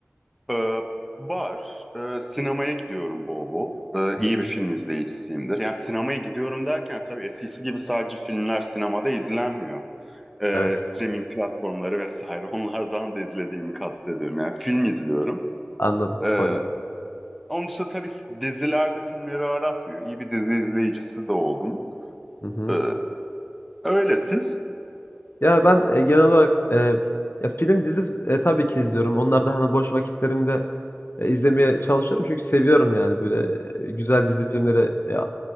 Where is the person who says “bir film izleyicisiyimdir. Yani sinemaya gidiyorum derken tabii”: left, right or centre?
Centre